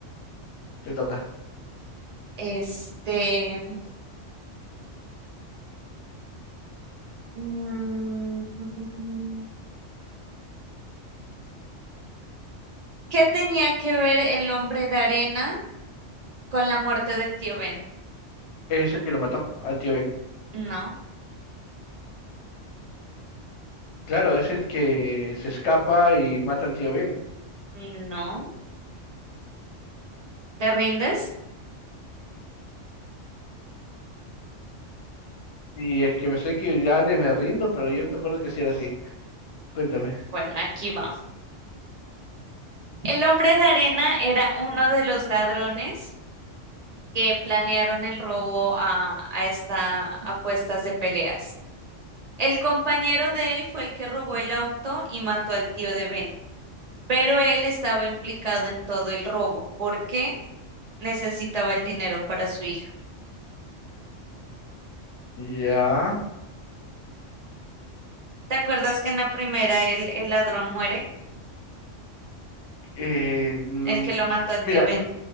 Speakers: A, on the left; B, on the right.
A: Te toca.
B: Este. Mm, mm, mm, mm, mm. ¿Qué tenía que ver el hombre de arena con la muerte del tío Ben?
A: Es el que lo mató al tío Ben.
B: No,
A: Claro, es el que se escapa y mata al tío Ben.
B: no. ¿Te rindes?
A: Y es que me sé que ya le me rindo, pero yo recuerdo que sí era así. Cuéntame.
B: Bueno, aquí va. El hombre de arena era uno de los ladrones que planearon el robo a, a esta apuestas de peleas. El compañero de él fue el que robó el auto y mató al tío de Ben, pero él estaba implicado en todo el robo porque necesitaba el dinero para su hija.
A: Ya.
B: ¿Te acuerdas que en la primera el el ladrón muere?
A: eh, mm,
B: El que lo mató el
A: mira,
B: tío Ben.
A: n-